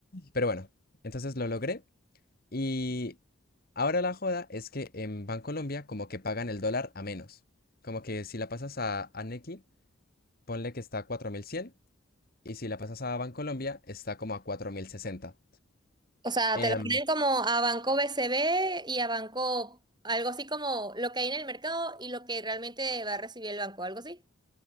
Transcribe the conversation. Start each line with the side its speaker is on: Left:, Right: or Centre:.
Left: Pero bueno, entonces lo logré y ahora la joda es que en Bancolombia como que pagan el dólar a menos. Como que si la pasas a, a Nequi, ponle que está a 4100 y si la pasas a Bancolombia está como a 4060.
Right: O sea,
Left: Em,
Right: te lo ponen como a banco BCB y a banco algo así como lo que hay en el mercado y lo que realmente va a recibir el banco, algo así.